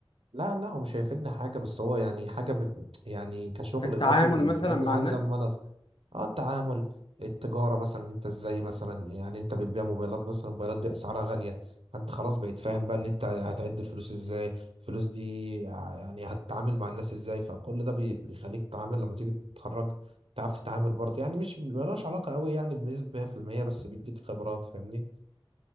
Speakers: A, on the right; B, on the left.
A: لا لا هو مش هيفيدني حاجة بس هو يعني حاجة بت... يعني كشغل
B: في التعامل
A: إضافي بيساعدني
B: مثلا مع
A: لحد
B: الناس
A: أما أنا آه التعامل التجارة مثلا أنت إزاي مثلا يعني أنت بتبيع موبايلات مثلا الموبايلات دي أسعارها غالية فأنت خلاص بقيت فاهم بقى إن أنت هتعد الفلوس إزاي الفلوس دي ع- يعني هتتعامل مع الناس إزاي فكل ده بي- بيخليك تتعامل لما تيجي تتخرج تعرف تتعامل برضه يعني مش ملوش علاقة قوي يعني بنسبة 100% بس بيديك خبرات فاهمني